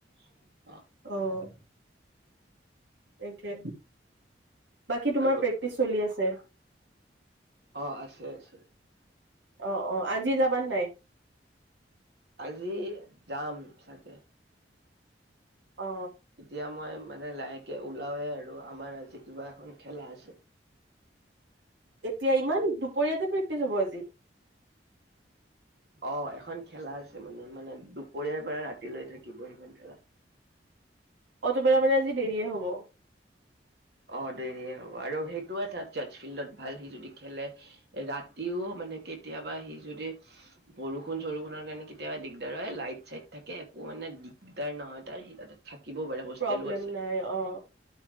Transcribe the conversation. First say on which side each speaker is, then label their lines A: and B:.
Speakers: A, on the right; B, on the right.
A: <inaudible>
B: অ', একে, বাকী তোমাৰ
A: আৰু
B: প্ৰেক্টিচ চলি আছে?
A: অ', আছে-আছে।
B: অ', - অ', আজি যাবা নে নাই?
A: আজি যাম চাগে।
B: অ
A: এতিয়া মই, মানে লাহেকে ওলাওয়ে আৰু আমাৰ আজি কিবা এখন খেলা আছে।
B: এতিয়া ইমান দুপৰীয়াতে প্ৰেক্টিচ হব আজি?
A: অ', এখন খেলা আছে, মানে-মানে দুপৰীয়াৰ পৰা ৰাতি লৈ থাকিব সেইখন খেলা।
B: অটোবেলা মানে আজি দেৰিয়ে হব?
A: অ', দেৰিয়ে হ'ব আৰু সেইটো ত জাজ ফিল্ডত ভাল। সি যদি খেলে ৰাতিও মানে কেতিয়াবা সি যদি বৰষুণ-চৰষুণৰ কাৰণে কেতিয়াবা দিগদাৰ হয়, লাইট-চাইট থাকে, একো মানে দিগদাৰ নহয় তাৰ সি তাতে থা থাকিবও পাৰে হোষ্টেলো
B: প্ৰব্লেম
A: আছে।
B: নাই অ